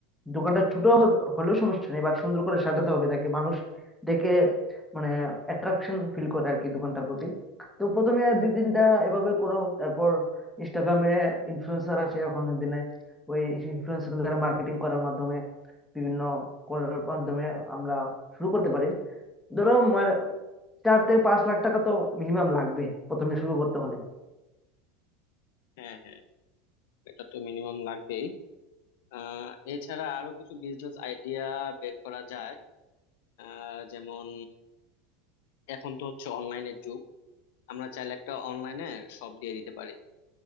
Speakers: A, in the centre; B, on the left.
A: দোকানটা ছোট হ- হলেও সমস্যা নেই বাট সুন্দর করে সাজাতে হবে যাতে মানুষ দেখে মানে অ্যাট্রাকশন ফিল করে আর কি দোকানটার প্রতি তো প্রথমে আর দুই তিনটা এভাবে করো তারপর ইনস্টাগ্রামে ইনফ্লুয়েন্সার আছে এখনের দিনে ওই ইনফ্লুয়েন্সার দ্বারা মার্কেটিং করার মাধ্যমে বিভিন্ন করার মাধ্যমে আমরা শুরু করতে পারি ধরো মানে চার থেকে পাঁচ লাখ টাকা তো মিনিমাম লাগবে প্রথমে শুরু করতে হলে
B: হ্যাঁ হ্যাঁ এটা তো মিনিমাম লাগবেই আহ এছাড়া আরো কিছু বিজনেস আইডিয়া বের করা যায় আহ যেমন এখন তো হচ্ছে অনলাইনের যুগ আমরা চাইলে একটা অনলাইনে শপ দিয়ে দিতে পারি